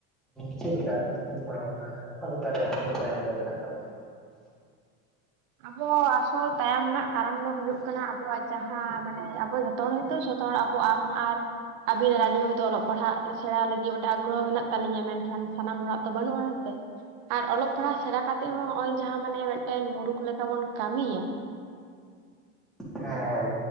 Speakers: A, in the centre; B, on the right.
A: ᱪᱮᱫ ᱞᱮᱠᱟ ᱪᱮᱫ ᱪᱤᱱᱛᱟᱹ ᱵᱷᱟᱵᱚᱱᱟ ᱚᱠᱟ ᱞᱮᱠᱟ ᱨᱮ ᱟᱨ ᱪᱮᱫ ᱛᱟᱭᱚᱢ ᱨᱮ ᱢᱮᱱᱟᱜ ᱛᱟᱵᱚᱱ᱾
B: ᱟᱵᱚ ᱟᱥᱚᱞ ᱛᱟᱭᱚᱢ ᱨᱮᱱᱟᱜ ᱠᱟᱨᱟᱱ ᱫᱚ ᱦᱩᱭᱩᱜ ᱠᱟᱱᱟ ᱟᱵᱚᱣᱟᱜ ᱡᱟᱸᱦᱟᱸ ᱢᱟᱱᱮ ᱟᱵᱚ ᱡᱚᱛᱚ ᱦᱚᱲ ᱦᱳᱭ ᱛᱚ ᱡᱚᱛᱚ ᱦᱚᱲ ᱟᱵᱚ ᱟᱢ ᱟᱨ ᱟᱵᱤᱱ ᱟᱨ ᱟᱞᱤᱧ ᱦᱳᱭ ᱛᱚ ᱚᱞᱚᱜ ᱯᱟᱲᱦᱟᱜ ᱥᱮᱲᱟ ᱞᱟᱹᱜᱤᱫ ᱢᱤᱫᱴᱮᱱ ᱟᱜᱽᱨᱚᱦᱚ ᱢᱮᱱᱟᱜ ᱛᱟᱹᱞᱤᱧᱟ ᱢᱮᱱᱠᱷᱟᱱ ᱥᱟᱱᱟᱢ ᱦᱚᱲᱟᱜ ᱛᱚ ᱵᱟᱹᱱᱩᱜᱼᱟ ᱦᱮᱸ ᱥᱮ᱾ ᱟᱨ ᱚᱞᱚᱜ ᱯᱟᱲᱦᱟᱜ ᱥᱮᱲᱟ ᱠᱟᱛᱮ ᱦᱚᱸ ᱦᱚᱜᱼᱚᱸᱭ ᱡᱟᱸᱦᱟᱸ ᱢᱟᱱᱮ ᱢᱤᱫᱴᱮᱱ ᱢᱩᱨᱩᱠᱷ ᱞᱮᱠᱟ ᱵᱚᱱ ᱠᱟᱹᱢᱤᱭᱟ᱾
A: ᱦᱮᱸ ᱦᱮᱸ᱾